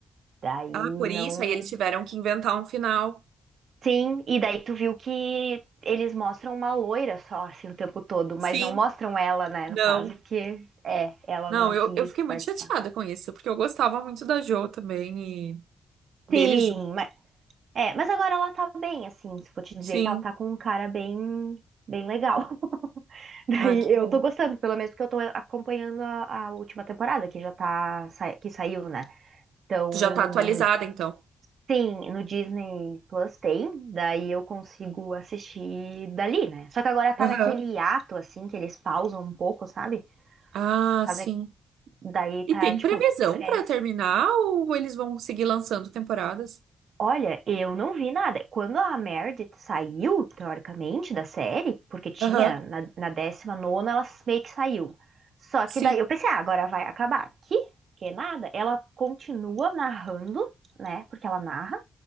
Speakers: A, on the right; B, on the right.
A: Daí
B: ah, por
A: não.
B: isso aí eles tiveram que inventar um final.
A: Sim, e daí tu viu que eles mostram uma loira só, assim, o tempo todo,
B: Sim.
A: mas não mostram ela, né,
B: Não.
A: no caso, porque é, ela
B: Não,
A: não
B: eu,
A: quis
B: eu fiquei muito
A: participar.
B: chateada com isso, porque eu gostava muito da Jo também e deles
A: Sim,
B: juntos.
A: mas É, mas agora ela tá bem, assim, se eu for te dizer
B: Sim.
A: que ela tá com um cara bem, bem legal. <laughs> Daí
B: Ai, que
A: eu
B: bom.
A: tô gostando, pelo menos porque eu tô acompanhando a, a última temporada que já tá, sa- que saiu, né? Então,
B: Tu já tá atualizada,
A: no-
B: então.
A: sim, no Disney Plus tem, daí eu consigo assistir dali, né? Só que agora tá
B: Aham.
A: naquele hiato, assim, que eles pausam um pouco, sabe?
B: Ah,
A: Fazer,
B: sim.
A: daí
B: E
A: tá,
B: tem
A: tipo,
B: previsão
A: férias.
B: pra terminar ou eles vão seguir lançando temporadas?
A: Olha, eu não vi nada. Quando a Meredith saiu, teoricamente, da série, porque tinha
B: Aham.
A: na, na décima nona, ela meio que saiu. Só
B: Sim.
A: que daí eu pensei, ah, agora vai acabar aqui, que nada. Ela continua narrando, né? Porque ela narra.